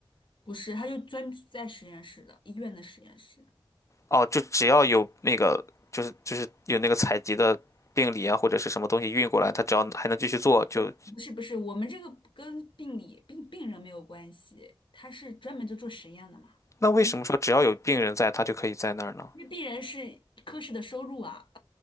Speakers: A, on the left; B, on the left.
A: 不是，他就专在实验室的，医院的实验室。
B: 哦，就只要有那个就是就是有那个采集的病理啊或者是什么东西运过来，他只要还能继续做就
A: 不是不是不是，我们这个跟病理病病人没有关系，他是专门就做实验的嘛，
B: 那为什么说只要有病人在，
A: 跟病
B: 他就可以在那儿呢？
A: 因为病人是科室的收入啊，